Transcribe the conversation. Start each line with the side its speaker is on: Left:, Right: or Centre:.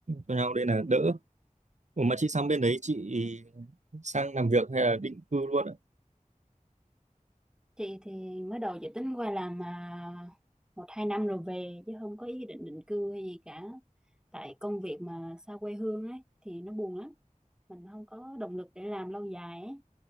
Right: cho nhau đây là đỡ Ủa mà chị sang bên đấy chị sang làm việc hay là định cư luôn ạ
Centre: thì thì mới đầu dự tính qua làm mà một hai năm rồi về chứ không có ý định định cư hay gì cả tại công việc mà xa quê hương ấy thì nó buồn lắm mình không có động lực để làm lâu dài ấy